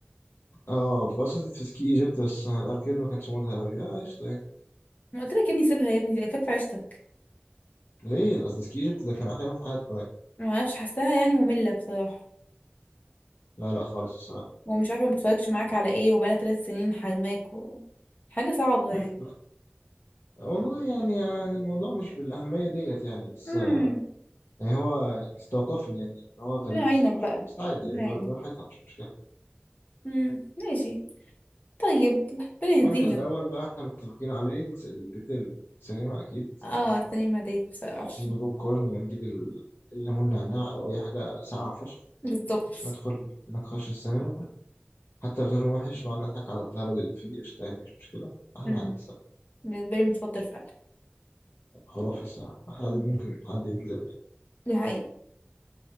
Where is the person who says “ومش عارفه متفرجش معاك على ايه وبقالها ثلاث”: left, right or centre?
Left